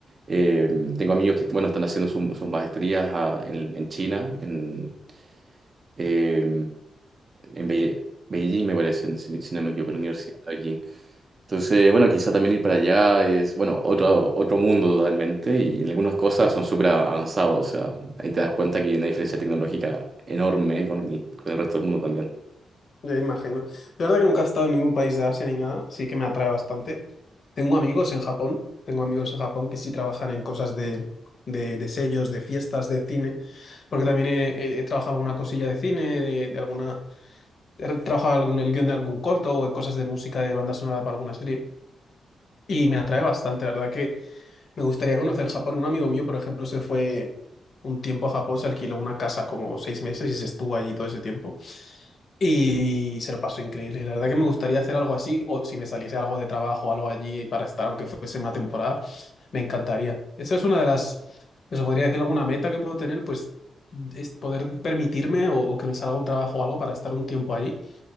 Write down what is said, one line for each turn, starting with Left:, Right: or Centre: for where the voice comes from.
Right: Eh, tengo amigos que, bueno, están haciendo su- sus maestrías a- en, en China, en, eh, en Be- Beijing, me parece, si, si no me equivoco, en la Universidad de Beijing. Entonces, bueno, quizá también ir para allá es, bueno, otro, otro mundo totalmente y en algunas cosas son súper avanzados. O sea, ahí te das cuenta que hay una diferencia tecnológica enorme con el, con el resto del mundo también.
Left: Ya imagino. La verdad que nunca he estado en ningún país de Asia ni nada, sí que me atrae bastante. Tengo amigos en Japón, tengo amigos en Japón que sí trabajan en cosas de, de, de sellos, de fiestas, de cine, porque también he, he- he trabajado alguna cosilla de cine, de, de alguna, he trabajado algún- el guión de algún corto o en cosas de música de banda sonora para alguna serie. Y me atrae bastante, la verdad que me gustaría conocer Japón. Un amigo mío, por ejemplo, se fue un tiempo a Japón, se alquiló una casa como seis meses y se estuvo allí todo ese tiempo. Y se lo pasó increíble. La verdad que me gustaría hacer algo así, o si me saliese algo de trabajo, algo allí para estar, aunque fuese una temporada, me encantaría. Esa es una de las, eso podría decir alguna meta que puedo tener, pues es poder permitirme o, o que me salga un trabajo o algo para estar un tiempo allí.